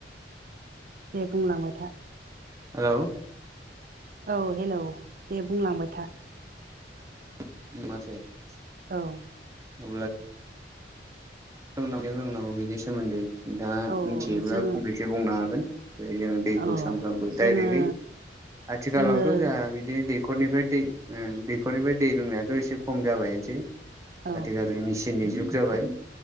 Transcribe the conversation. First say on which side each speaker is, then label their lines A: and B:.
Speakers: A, on the right (about 50°); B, on the right (about 20°).
A: दे बुंलांबाय था
B: औ
A: औ हेल' दे बुंलांबाय था
B: <unintelligible>
A: औ
B: अ लोंनांगौ लोंनांगौ बिनि सोमोन्दै दा
A: औ
B: मिथियोब्ला
A: जोङो
B: फंनैसो बुंनो हागोनै जोंङ दैखौ
A: औ
B: सानफ्रामबो
A: जोङो
B: डाइरेक्टै आथिखालावथ'
A: जोङो
B: जोंहा बिदिनो दै दैखरनिफ्राय दै दैखरनिफ्राय दै लोंनायाथ' एसे खम जाबायनोसै
A: औ
B: आथिखालिनि मेचिननि जुग जाबाय